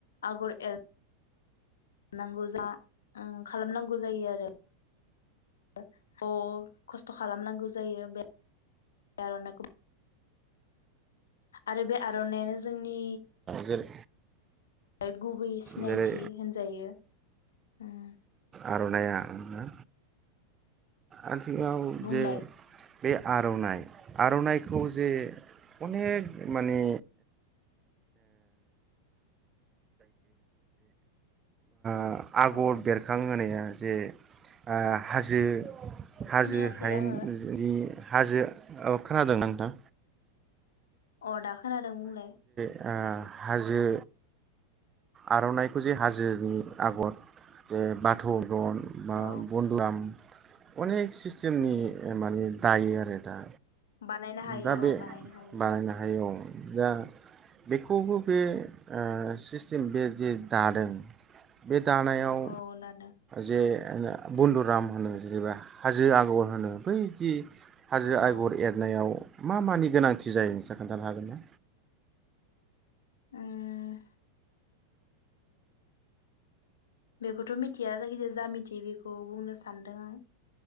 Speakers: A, on the left; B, on the right.
A: आगर एर नांगौ जा ओं खालामनांगौ जायो आरो। <unintelligible> खस्थ' खालामनांगौ जायो बे <inaudible> आर'नाइखौ आरो बे आर'नाइयानो जोंनि
B: जेरै
A: <unintelligible> गुबै सिनायथि
B: जेरै
A: होनजायो उम।
B: आर'नाइ आ उम ना आ सिङाव
A: बुंलाय
B: जे बे आर'नाइ आर'नाइखौ जे अनेक माने आ आगर
A: अ
B: बेरखां होनाया जे ओ हाजो हाजो
A: खोनायासै
B: हायेन
A: आङो
B: जोनि हाजो अ खोनादों नोंथां?
A: अ दा खोनादों बुंलाय।
B: अ हाजो आर'नाइखौ जे हाजोनि आगर जे बाथ' दन बा
A: अ
B: बन्दलाम अनेक सिस्टेमनि माने दायो आरो। दा
A: बानायनो हायो
B: दा बे
A: औ बानायनो हायो
B: बानायनो
A: ओं।
B: हायो औ दा बेखौबो बे अ सिस सिम बे जे दादों बे दानायाव
A: अ दादों
B: जे बन्दुराम होनो जेनेबा हाजो आगर होनो बैदि हाजो
A: अ
B: आगर
A: अ
B: एरनायाव मा मानि गोनांथि जायो नोंसा खोन्थानो हागोन ना?
A: उम्म बेखौथ' मिथिया जायखिजाया जा मिथियो बेखौ बुंनो सानदों आं।